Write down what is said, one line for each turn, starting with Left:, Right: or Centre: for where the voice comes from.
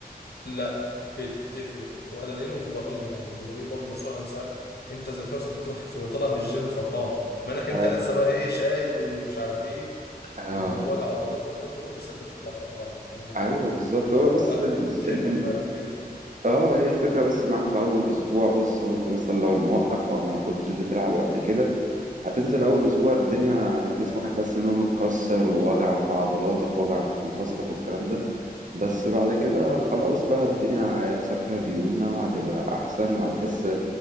Left: لا بتفرق وادرينالين ودوبامين يعني الدوبامين برضه مسؤول عن السعاده انت ذات نفسك بتروح <laughs> تبقى طالع من الجيم فرحان ما انك انت
Right: اه
Left: لسه بقى ايه شايل ومش عارف ايه
Right: آه.
Left: ووجع عضلات والكلام ده كله بس انت بتطلع فرحان الكلام ده
Right: ايوه بالظبط
Left: فلا
Right: هو بس ال...
Left: الجيم
Right: ال... ال...
Left: فعلا بيفرق
Right: اه هي الفكره بس معاك في اول اسبوع بس وانت مثلا لو موقف او ما كنتش بتلعب قبل كده هتنزل أول أسبوع الدنيا جسمك هتحس إن هو متكسر ووجع في عضلاتك ووجع في مفاصلك والكلام ده بس بعد كده خلاص بقى الدنيا هيحصل فيها ليونة وهتبقى أحسن وهتحس